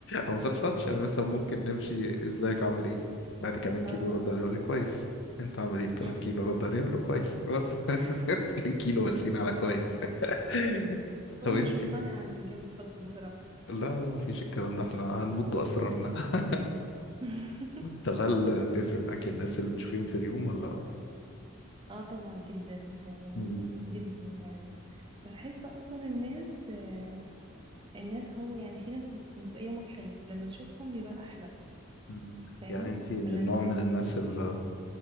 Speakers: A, on the left; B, on the right.
A: او مفطفتش يعني مثلا ممكن نمشي ازيك عامل ايه بعد كمان كيلو
B: <laughs> اه
A: رد
B: آه.
A: عليه يقول لي كويس انت عامل ايه كمان
B: مم.
A: كيلو رد عليه يقول له كويس بس <laughs>
B: <laughs>
A: 2 كيلو ماشيين على كويس <laughs> طب
B: وانا
A: انت
B: مش مقتنعة ان الرجالة بتفضفض بصراحة
A: لا لا ما فيش الكلام ده احنا هنموت باسرارنا
B: مم.
A: <laughs>
B: <laughs>
A: طب هل بيفرق معاك الناس اللي بتشوفيهم في اليوم ولا <laughs>
B: اه طبعا جدا يعني
A: مم.
B: جدا يعني بحس اصلا الناس آه، الناس هو يعني في ناس بيبقى يومك حلو لما تشوفهم بيبقى احلى
A: مم.
B: فاهم
A: يعني انت من
B: ولما
A: نوع من الناس اللي